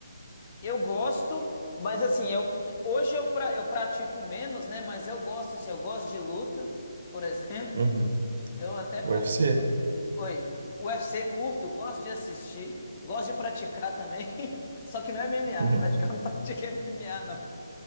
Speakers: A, on the left (about 30°); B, on the right (about 50°).
A: Eu gosto, mas assim, eu hoje eu, pra, eu pratico menos, né? Mas eu gosto, assim, eu gosto de luta, por <laughs> exemplo.
B: Uhum.
A: Eu até pouco.
B: UFC?
A: Oi. UFC curto, gosto de assistir, gosto de praticar também. <laughs> Só que não é MMA,
B: Uhum.
A: praticar <laughs> não pratico MMA, não.